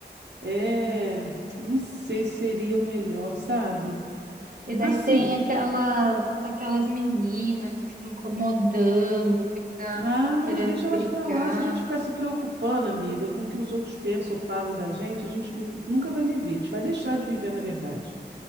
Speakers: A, on the right; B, on the right.
A: é,
B: É,
A: não sei se seria o melhor, sabe?
B: E daí
A: Assim,
B: tem aquelas aquelas meninas que ficam incomodando, fica
A: Ah, mas
B: querendo
A: deixa elas
B: brigar.
A: pra lá. Se a gente ficar se preocupando, amiga, com o que os outros pensam ou falam da gente, a gente nu- nunca vai viver. A gente vai deixar de viver, na verdade.